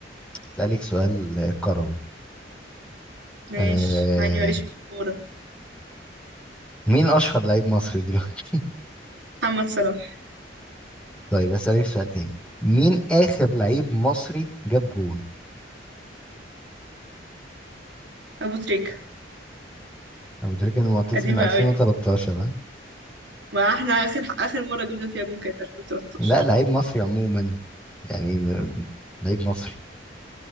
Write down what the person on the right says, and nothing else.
ماشي
مع اني ماليش في الكورة
محمد صلاح
ابو تريكة
قديمة
قوي حاسة
ما احنا اخر اخر مرة جبنا فيها جون كانت 2013